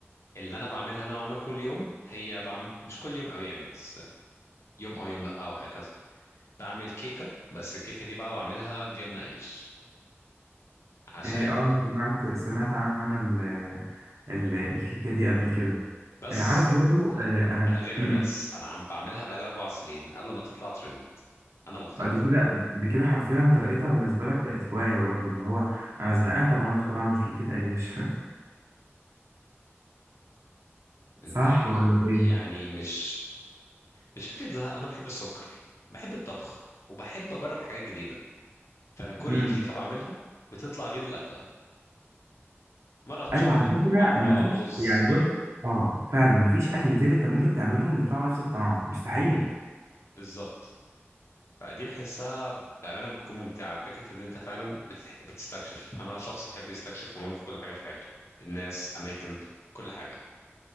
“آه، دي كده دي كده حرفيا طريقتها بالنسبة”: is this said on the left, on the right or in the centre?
Right